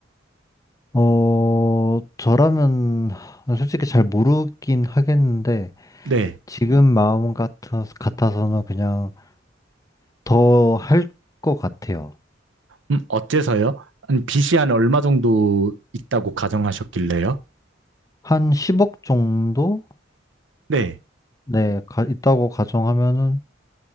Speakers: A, on the left (about 20°); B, on the right (about 70°).
A: 어, 저라면 솔직히 잘 모르긴 하겠는데,
B: 네.
A: 지금 마음 같아서, 같아서는 그냥 더 할 것 같아요.
B: 음, 어째서요? 한 빚이 한 얼마 정도 있다고 가정하셨길래요?
A: 한 10억 정도?
B: 네,
A: 네, 가- 있다고 가정하면은